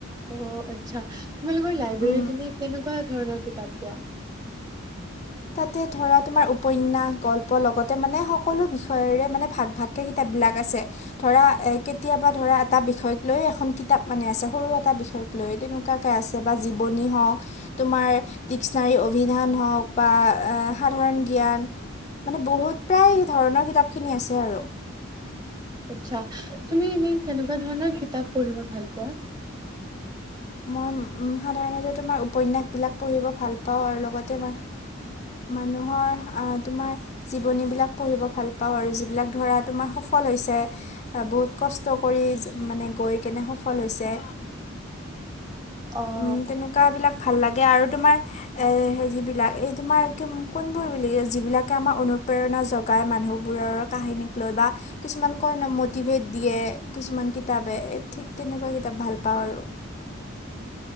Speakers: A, on the right; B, on the left.
A: অ'! আচ্ছা, তোমালোকৰ লাইব্ৰেৰীত
B: উম
A: এনে, কেনেকুৱা ধৰণৰ কিতাপ পোৱা?
B: তাতে, ধৰা তোমাৰ উপন্যাস, গল্প লগতে মানে, সকলো বিষয়ৰে মানে, ভাগ, ভাগকে বিলাক আছে। ধৰা এ, কেতিয়াবা ধৰা, এটা বিষয়ক লৈ এখন কিতাপ মানে আছে। সৰু এটা বিষয় লৈ তেনেকুৱাকে আছে বা জীৱনী হওঁক, তোমাৰ ডিক্সনাৰী, অভিধান হওঁক বা সাধাৰণ জ্ঞান মানে, বহুত প্ৰায়, ধৰণৰ কিতাপখিনি আছে আৰু।
A: আচ্ছা! তুমি এনে, কেনেকুৱা ধৰণৰ কিতাপ পঢ়িব ভাল পোৱা?
B: মই সাধাৰণতে, তোমাৰ উপন্যাসবিলাক পঢ়িব ভাল পাওঁ আৰু লগতে মই মানুহৰ আঁ তোমাৰ, জীৱনী বিলাক পঢ়িব ভাল পাওঁ আৰু যিবিলাক ধৰা তোমাৰ সফল হৈছে। বহুত কষ্ট কৰি মানে, গৈ কেনে সফল হৈছে।
A: অ'!
B: উম, তেনেকুৱা বিলাক ভাল লাগে আৰু। তোমাৰ এ হেৰি বিলাক, এই তোমাৰ কোনবোৰ বুলি যিবিলাকে আমাৰ অনুপ্ৰেৰণা জগাই। মানুহবোৰৰ কাহিনীক লৈ বা কিছুমান কৈ ন' মতিভেত দিয়ে কিছুমান কিতাপে। এ, ঠিক তেনেকুৱা কিতাপ ভাল পাওঁ আৰু।
A: <unintelligible>